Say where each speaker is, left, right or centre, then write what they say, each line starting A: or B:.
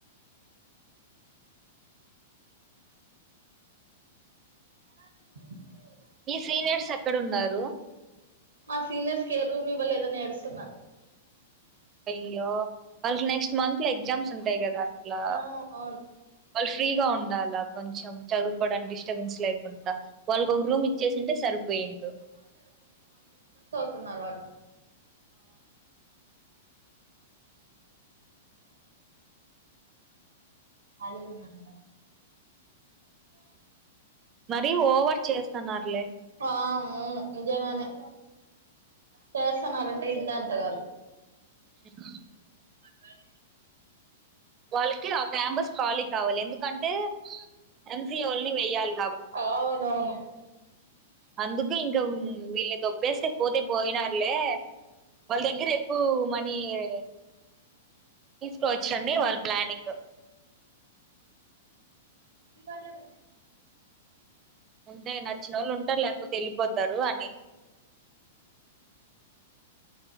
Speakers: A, on the right; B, on the right.
A: క
B: మీ సీనియర్స్ ఎక్కడ వున్నారు.
A: మా సీనియర్స్ కి ఎ రూమ్ ఇవ్వలేదు అని ఏడుస్తున్నారు.
B: అయ్యో వాళ్ళకి నెక్స్ ట్ మంత్ లో ఎగ్జామ్స్ ఉంటాయి కదా అట్లా
A: ఆ అవును
B: వాళ్లు ఫ్రీగా ఉండాల కొంచెం చదువుకోవడానికి డిస్టబెన్స్ లేకుండా వాళ్ళకి ఒక రూమ్ ఇచ్చేసింటే సరిపోయిఉండు
A: స్తున్నారు వాళ్ళు ఖాళీగా ఉన్న కదా
B: మరీ ఓవర్ చేస్తున్నారులే
A: ఆ అవును నిజంగానే చేస్తాన్నారం ఇందా అంత కాదు
B: చేస్కో
A: <inaudible>
B: వాళ్ళకి ఆ క్యాంపస్ కాలి కావాలి ఎందుకంటే ఎన్సిఓల్ని వేయ్యాలి
A: అవునవును అ
B: అందుకు ఇంకా వీళ్ళని దొబ్బేస్తే పోతే పోయినా లె వాళ్ళ దగ్గర ఎక్కువ మ నీవే తీసుకోవచ్చండి వారి ప్లానింగ్
A: మీ వాళ్లే పడ్డది
B: ఉంటె నచ్చినోళ్ళు ఉంటారు లేకపోతే ఎళ్ళిపోతారు అని